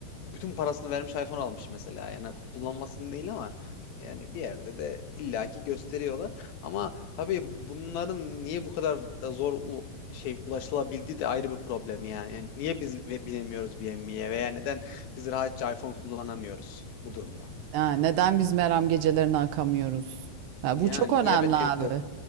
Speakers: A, on the left; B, on the right.
A: bütün parasını vermiş iPhone almış mesela. Yani kullanmasını değil ama yani bir yerde de illaki gösteriyorlar. Ama tabii bunların niye bu kadar e, zor u- şey ulaşılabildiği de ayrı bir problem yani. Yani niye biz ve- binemiyoruz BMW'ye veya neden biz rahatça iPhone kullanamıyoruz bu durumda.
B: Ha, neden biz Meram gecelerine akamıyoruz? Ya
A: Yani
B: bu çok önemli
A: niye ben
B: abi.
A: evimde ot-